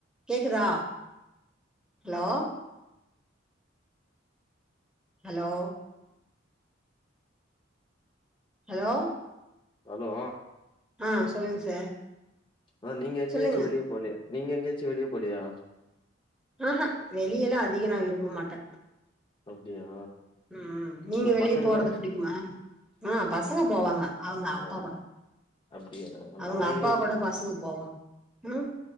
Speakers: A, in the centre; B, on the left.
A: கேக்குதா ஹலோ ஹலோ ஹலோ
B: ஹலோ
A: ஆ சொல்லுங் சார்
B: ஆ நீங்க எங்கயாச்சு
A: சொல்லுங்க
B: வெளிய போலையா நீங்க எங்கயாச்சும வெளிய போலையா
A: ஆஹா வெளியெல்லா அதிக நா விரும்ப மாட்டே
B: அப்டியா
A: ம் ம் நீங்க
B: உங்க
A: வெளிய
B: பசங்கள
A: போறது புடிக்குமா ஆ பசங்க போவாங்க அவங்க அப்பா
B: ஆ
A: கூட
B: அப்டியா
A: அவங்க
B: நா
A: அப்பா
B: எனிடே
A: கூட பசங்க போவா ம்